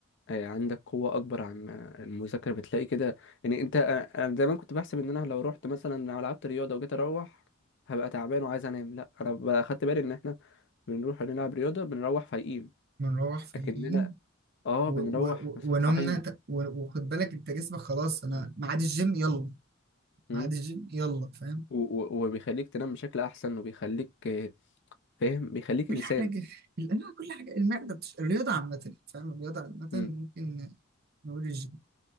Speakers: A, on the left; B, on the right.
A: آه، عندك قوة أكبر عن آه، المذاكرة بتلاقي كده يعني أنت أنا أنا دايما كنت بحسب إن أنا لو رحت مثلا لو لعبت رياضة وجيت أروح هبقى تعبان وعايز أنام لأ أنا بقى خدت بالي إن إحنا بنروح نلعب رياضة بنروح فايقين
B: نروح فايقين
A: لكننا آه
B: و-
A: بنروح
B: و- و-
A: مصحصحين
B: ونمنا ت- و- وخد بالك انت جسمك خلاص انا ميعاد الجيم يلا
A: مم.
B: ميعاد الجيم يلا فاهم
A: و- و- وبيخليك تنام بشكل أحسن وبيخليك آه، فاهم بيخليك
B: كل
A: إنسان
B: حاجه الانواع كل حاجه المعده بتش... الرياضه عامه فاهم الرياضه عامه
A: إمم.
B: ممكن نقول الجيم